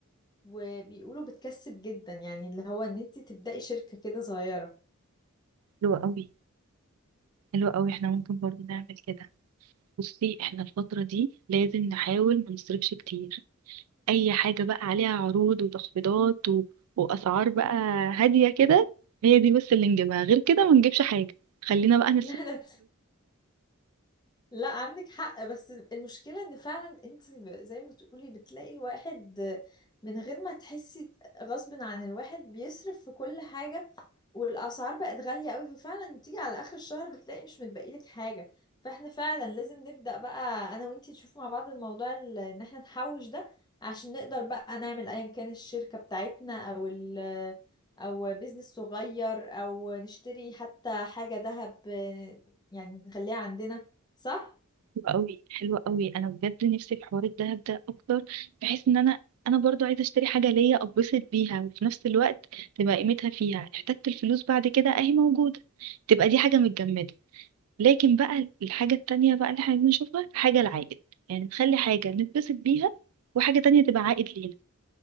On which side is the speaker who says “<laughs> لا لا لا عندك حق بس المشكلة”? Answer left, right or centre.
Left